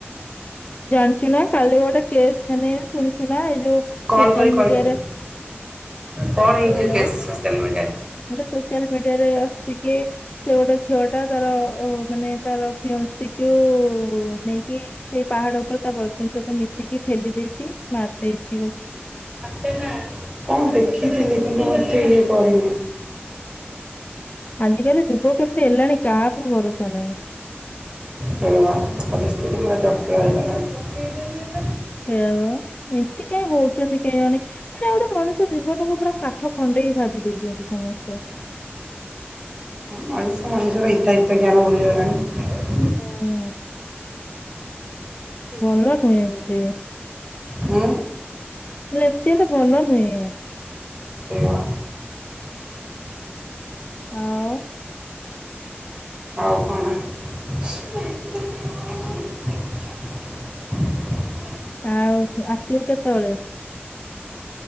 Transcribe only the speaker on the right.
କଲ୍
କରି କହିଦେବୁ
କଣ ହେଇଛି କେସ୍ ସୋସିଆଲ୍ ମିଡ଼ିଆରେ
କଣ ଦେଖିଥିଲି କିନ୍ତୁ ମୁଁ ଏତେ ଇଏ କରିନି।
ବା ପରିସ୍ଥିତି ବି ଭାରି ଜଟିଳ ହେଇଗଲାଣି।
ମଣିଷ ମଣିଷର ହିତାହିତ ଜ୍ଞାନ ଭୁଲିଗଲାଣି।
ହୁଁ।
ସେଇବା।
ଆଉ କଣ? <unintelligible>